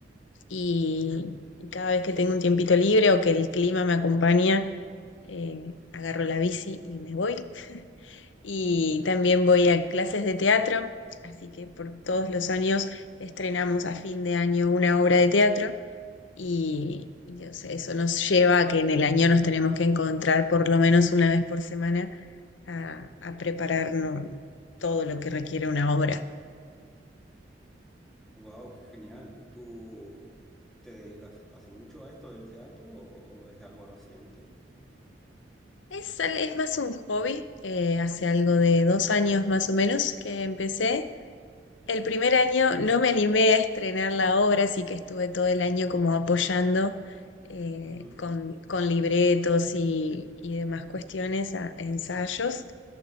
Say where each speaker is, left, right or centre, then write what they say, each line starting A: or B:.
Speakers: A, on the left; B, in the centre.
A: y, y cada vez que tengo un tiempito libre o que el clima me acompaña, eh, agarro la bici y me voy. <laughs> y también voy a clases de teatro, así que por todos los años estrenamos a fin de año una obra de teatro y, y, o sea, eso nos lleva a que en el año nos tenemos que encontrar por lo menos una vez por semana a, a prepararnos todo lo que requiere una obra.
B: Wow, qué genial. ¿Tú te dedicas hace mucho a esto del teatro o es algo reciente?
A: Es, al- es más un hobby, eh, hace algo
B: Ujú,
A: de dos años más o menos que empecé El primer año no me animé a estrenar la obra, así que estuve todo el año como apoyando eh,
B: ujú,
A: con, con libretos y, y demás cuestiones, a- ensayos